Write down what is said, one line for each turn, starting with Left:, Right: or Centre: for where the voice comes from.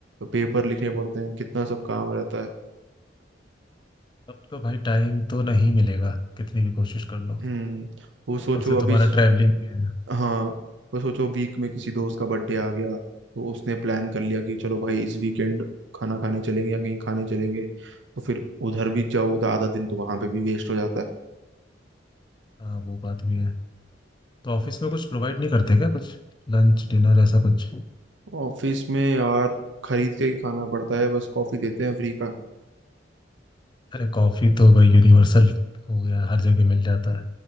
Right: पेपर लिखने पड़ते हैं कितना सब काम रहता है
Left: अब तो भाई टाइम तो नहीं मिलेगा कितनी भी कोशिश कर लो
Right: हम्म वो सोचो
Left: ऊपर से तुम्हारा
Right: अभी
Left: ट्रैवलिंग भी है
Right: हाँ तो सोचो वीक में किसी दोस्त का बर्थडे आ गया तो उसने प्लान कर लिया कि चलो भाई इस वीकेंड खाना खाने चलेंगे या कहीं खाने चलेंगे तो फिर उधर भी जाओगे तो आधा दिन तो वहां पे भी वेस्ट हो जाता है
Left: हाँ वो बात भी है तो ऑफिस में कुछ प्रोवाइड नहीं करते क्या कुछ लंच डिनर ऐसा कुछ
Right: ऑफिस में यार खरीद के ही खाना पड़ता है बस कॉफी देते हैं फ्री का
Left: अरे कॉफी तो भाई यूनिवर्सल हो गया हर जगह मिल जाता है